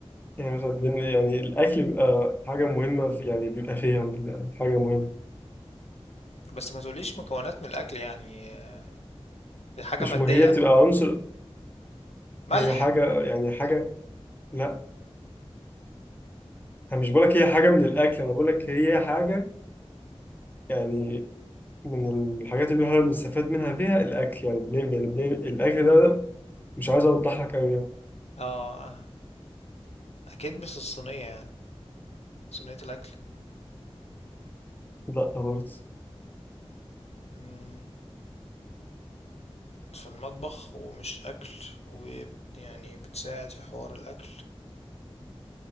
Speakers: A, on the left; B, on the left.
A: يعني مثلا بن- يعني الأكل بيبقى حاجة مهمة في يعني بيبقى فيها بيبقى حاجة مهمة
B: بس ما تقوليش مكونات من الأكل يعني آه، دي حاجة
A: مش
B: مادية
A: مه... هي بتبقى عنصر
B: ملح
A: هي حاجة يعني حاجة لا أنا مش بقولك هي حاجة من الأكل أنا بقولك هي حاجة يعني من الحاجات اللي احنا بنستفاد منها فيها الأكل يعني بن... يعني بن... الأكل ده مش عايز أوضح لك أوي يعني
B: اه آه، أكيد مش الصينية يعني صينية الأكل
A: لا برضه
B: مم، في المطبخ ومش أكل ويعني بتساعد في حوار الأكل